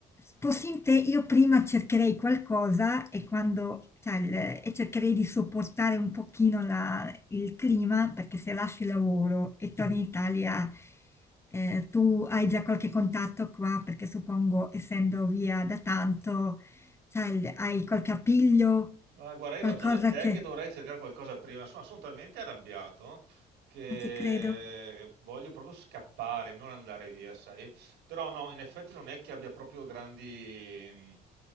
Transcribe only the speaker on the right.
Ah, guarda, hai
ragione te
che dovrei cercare qualcosa prima. Insomma, sono talmente arrabbiato che
voglio proprio scappare, non andare via, sai? Però no, in effetti non è che abbia proprio grandi,